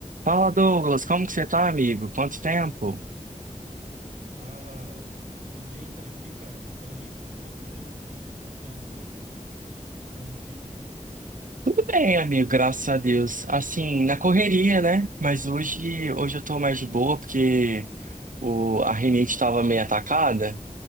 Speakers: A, on the right; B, on the right.
A: Fala, Douglas, como que você tá, amigo? Quanto tempo?
B: Fala, Alan. Tudo bem por aqui, cara? E por aí? Quanto tempo mesmo? Como é que estão as coisas? Como é que, como é que anda a vida?
A: Tudo bem, amigo, graças a Deus. Assim, na correria, né? Mas hoje, hoje eu tô mais de boa porque o, a rinite estava meio atacada